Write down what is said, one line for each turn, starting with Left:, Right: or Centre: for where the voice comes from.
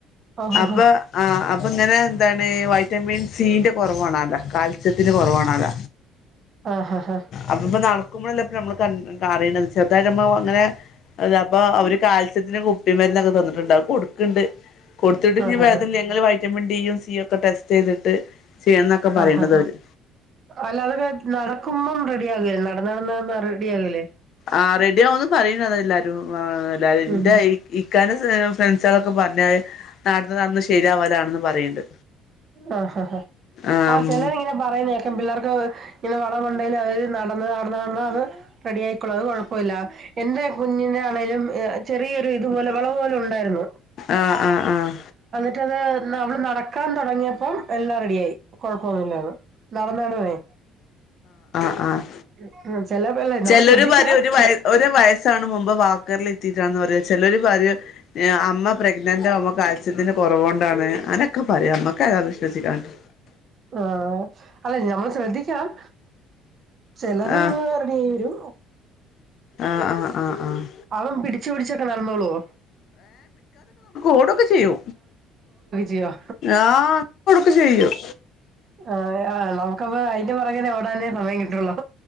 Right: ഓഹോഹോ
Left: അപ്പ ആഹ് അപ്പ ഇങ്ങനെ എന്താണ് വൈറ്റമിൻ സിന്റെ കുറവാണല്ല കാൽ സ്യത്തിന് കൊറവാണത
Right: ആഹ്ഹ
Left: അപ്പ ഇപ്പൊ നട ക്കുമ്പോഴൊക്കെ നമ്മള് ക റേസ് ചെറുതായിട്ട് അങ്ങനെ പ്പൊ അവര് കാൽസ്യത്തിന് കുപ്പി മരുന്നൊക്കെ തന്നിട്ടിണ്ട് കൊടുക്കണ്ട് കൊടുത്തിട്ട് ഇനി
Right: ആഹ്ഹ
Left: വേദന ങ്ങള് വൈറ്റമിൻ ഡി ബി യൊ സി ഓ ഇപ്പം ടെസ്റ്റ് ചെയ്തിട്ട് ചെയ്യണം എന്നൊക്കെ പറയണത്
Right: ആഹ്
Left: അവര്
Right: അല്ല അതൊക്കെ നടക്കുമ്പം റെഡി ആകല്ലേ നടന്ന് നടന്ന് നടന്ന് റെഡി ആകല്ലേ
Left: ആ റെഡിയാവുമെന്ന് പറയുന്നത് എല്ലാരും എന്റെ
Right: ഉം
Left: ഇക്കാന ഫ്രണ്ട്സുകളൊക്കെ പറഞ്ഞത് നടന്ന് നടന്ന് ശെരിയാവാലാണെന്ന് പറയണ്ട്
Right: ആ ഹാ ഹാ
Left: ആഹ്
Right: ആ ചെലര് ഇങ്ങനെ പറയുന്ന ക്കെ പിള്ളേർക്ക് ഇങ്ങനെ വളവുണ്ടേല് അവര് നടന്ന് നടന്ന് നടന്ന് അത് റെഡി ആയിക്കോള്ളൂ അത് കൊഴപ്പമില്ല എന്റെ കുഞ്ഞിന് ആണെലും ചെറിയൊരു ഇതുപോലെ വളവ് പോലെ ഉണ്ടായിരുന്നു
Left: ആ ഹ് ആഹ് ആഹ്
Right: മറ്റേത് ഇന്ന് അവള് നട നടക്കാൻ തോടങ്ങിയപ്പം എല്ലാം റെഡിയായി കൊഴപ്പൊന്നുമില്ലന്ന് നടന്ന് നടന്നേ
Left: ആ
Right: <unintelligible> നമ്മള്
Left: ചെലര്
Right: ശ്രദ്ധിക്കണം
Left: പറയും ഒരു
Right: ചെ
Left: വയ ഒരു വയസ്സാണ് മുമ്പ് വാക്കറിൽ ഇരുത്തിയിട്ടാണെന്ന് പറയും ചെലരു പറയും അമ്മ പ്രെഗ്നന്റ ആവുമ്പം കാൽസ്യത്തിന് കൊറവ് കൊണ്ടാണ് അനൊക്കെ പറയും ഞമ്മക്ക് ഏതാ വിശ്വസിക്കാണ്ട്
Right: ആ അല്ല ഞമ്മള് ശ്രദ്ധിക്കണം ചെലത്
Left: ആഹ്
Right: നമ്മള് റെഡി ആയി വരും
Left: ആഹ് ആഹ് ആഹ് ആഹ്
Right: അതും പിടിച്ചു പിടിച്ചൊക്കെ നടന്നോളുവോ
Left: ഓടോക്കെചെ ചെയ്യോ
Right: ചെയ്യോ
Left: ആഹ് ഓടൊക്കെ ചെയ്യും
Right: ആഹ് ആ നമുക്കപ്പം അയിന്റെ പുറകെനെ ഓട അതന്നേ സമയം കിട്ടുള്ളോ